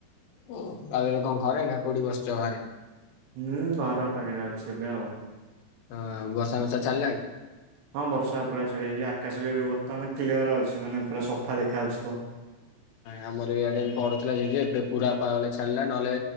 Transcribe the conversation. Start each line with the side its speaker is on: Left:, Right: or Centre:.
Left: ଓ ଆଉ ଏଇନା କଣ ଘରେ ନା କୋଉଠି ବସିଛ ବାହାରେ
Right: ହୁଁ ଘର ପାଖରେ ଅଛି ଏବେ ଆଉ
Left: ହଁ ବର୍ଷା ବର୍ଷା ଛାଡିଲାଣି
Right: ହଁ ବର୍ଷା ପୁରା ଛାଡି ଯାଇଛି ଆକାଶ ବି ଏବେ ବର୍ତ୍ତମାନ କ୍ଲିୟର ଅଛି ମାନେ ପୁରା ସଫା ଦେଖାହାଉଛି ତ
Left: ଆମର ଏଆଡେ
Right: ହୁଁ
Left: ପଢୁଥିଲା ଯଦି ଏବେ ପୁରା ପାଣି ଛାଡିଲା ନହେଲେ